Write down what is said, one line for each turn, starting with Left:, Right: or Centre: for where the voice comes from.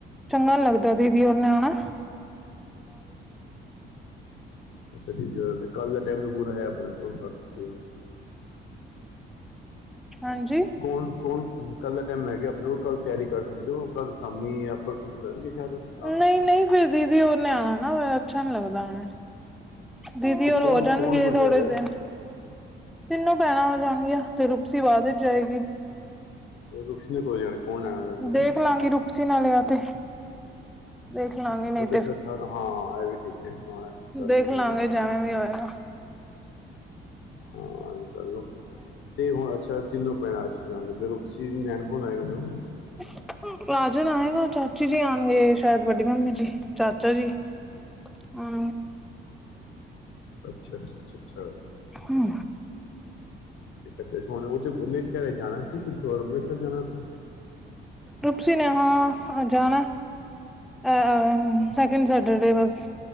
Centre: ਚੰਗਾ ਨੀ ਲੱਗਦਾ ਦੀਦੀ ਹੁਣਾ ਨੇ ਆਉਣਾ।
Left: ਅੱਛਾ, <inaudible> ਕੱਲ ਦਾ ਟਾਈਮ ਵੀ ਪੂਰਾ ਹੈ ਆਪਣਾ ਕੋਲੇ, ਕਰ ਸਕਦੇ ਹੋ।
Centre: ਹਾਂਜੀ
Left: ਕੌਣ-ਕੌਣ, ਕੱਲ ਦਾ ਟਾਈਮ ਹੈੈ ਗਾ ਆਪਣੇ ਕੋਲ। ਕੱਲ ਤਿਆਰੀ ਕਰ ਸਕਦੇ ਹੋ, ਕੱਲ ਸ਼ਾਮੀ ਯ ਪਰਸੋ ਨਿਕਲਣ ਗੇ ਸ਼ਾਇਦ ਓਥੇ ਜਾਣਗੇ
Centre: ਨਹੀਂ
Left: ਤੇ ਓਹ।
Centre: ਨਹੀਂ ਫਿਰ ਦੀਦੀ ਹੁਣਾ ਨੇ ਆਉਣਾ ਨਾ, ਅੱਛਾ ਨੀ ਲੱਗਦਾ ਨਾ ਐਵੇ। ਦੀਦੀ
Left: ਤੇ
Centre: ਹੋਰ
Left: ਕੌਣ
Centre: ਹੋ ਜਾਣਗੇ,
Left: ਕੌਣ ਕੌਣ
Centre: ਥੋੜੇ
Left: ਜਾ ਰਿਹਾ
Centre: ਦਿਨ। ਤਿੰਨੋ ਭੈਣਾਂ ਆ ਜਾਣਗੀਆਂ, ਤੇ ਰੁਪਸੀ ਬਾਅਦ ਵਿਚ ਜਾਏਗੀ।
Left: ਰੁਪਸੀ ਨੇ ਕਦੋਂ ਜਾਣਾ? ਕੌਣ ਲੈਣਾ ਇਹਨਾਂ ਨੂੰ
Centre: ਦੇਖ ਲਾਂਗੀ ਰੁਪਸੀ ਨਾਲ ਯਾ ਤੇ। ਦੇਖ ਲਾਂਗੇ ਨਹੀਂ
Left: ਉਹ ਤੇ ਫਿਰ, ਹਾਂ ਇਹ ਵੀ ਠੀਕ ਹੈ, ਹਾਂ ਕਰਲੋ
Centre: ਦੇਖ
Left: ਪਲੈਨ
Centre: ਲਾਂਗੇ
Left: <inaudible>
Centre: ਜਿਵੇਂ ਵੀ ਹੋਏਗਾ
Left: ਹਾਂ, ਤੇ ਹੁਣ ਅੱਛਾ ਤੀਨੋ ਭੈਣਾਂ ਜਾਣਗੇ <unintelligible> ਤੇ ਰੂਪਸੀ ਨੂੰ ਲੈਨ ਕੌਣ ਆਏਗਾ ਓਹਨਾ ਨੂੰ?
Centre: ਅੱ ਰਾਜਨ ਆਏਗਾ, ਚਾਚਾ ਜੀ ਆਉਣਗੇ ਸ਼ਾਇਦ ਵੱਡੀ ਮੰਮੀ ਜੀ, ਚਾਚਾ ਜੀ। ਹਾਂ,
Left: ਅੱਛਾ-ਅੱਛਾ-ਅੱਛਾ-ਅੱਛਾ।
Centre: ਹਮ।
Left: ਅੱਛਾ, ਉਹ ਉਹਨੇ ਘਰੇ ਜਾਣਾ ਸੀ, ਕਿਥੇ ਹੋਰ ਅੰਮ੍ਰਿਤਸਰ ਜਾਣਾ ਸੀ।
Centre: ਰੁਪਸੀ ਨੇ, ਹਾਂ ਜਾਣਾ। ਅ, ਸੈਕਿੰਡ ਸੈਟਰਡੇ ਬਸ।